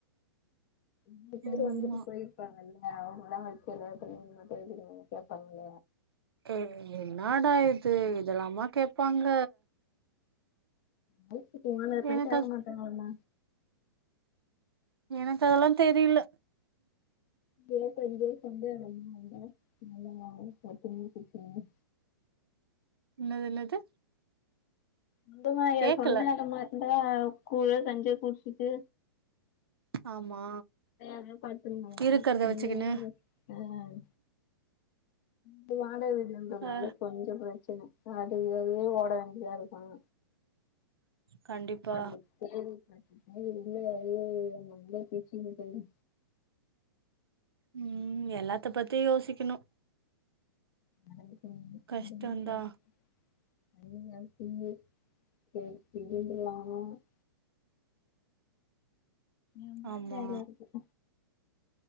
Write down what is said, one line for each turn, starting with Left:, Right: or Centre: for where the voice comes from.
Left: எட்டு பேரு
Right: ஆமா
Left: வந்துட்டு போயிருப்பாங்கல்ல அவங்கல்லா வைக்கல <unintelligible> கேப்பாங்கள
Right: ஏ என்னாடா இது இதெல்லாம கேப்பாங்க
Left: நைட்டுக்கு
Right: எனக்கு அது
Left: <unintelligible> மாட்டாங்கல்ல
Right: எனக்கு அதெல்லா தெரில
Left: பஞ்ச பேய வந்து எ வந்த நல்லா வா பேக் பண்ணியே குடுத்துருவாங்க
Right: என்னது என்னது
Left: சொந்தமாது
Right: கேக்கல
Left: சொந்த இடமா இந்த கூழோ கஞ்சியோ குடிச்சிட்டு
Right: ஆமா
Left: அஹ் படுத்திருவாங்க
Right: இருக்கறத
Left: இங்க
Right: வச்சுக்கினு
Left: என்ன ப்ரோ ஆஹ் அது வாடக வீடுன்றதனால
Right: அ
Left: கொஞ்சோ பிரச்சன காட்டுக்கு வேலியு ஓட வேண்டியிதா இருப்பாங்க
Right: கண்டிப்பா
Left: அ இப்ப கேள்விபட்ருக்க இல்ல <unintelligible> குக்கீங் டைம்
Right: ம் எல்லாத்த பத்தி யோசிக்குணு
Left: அது என்ன பண்ண முடியு சாப்ட
Right: கஷ்டந்தா
Left: முடியாது நீங்க அதுக் இங்யே <unintelligible> எம்
Right: ஆமா
Left: வேல இருக்கு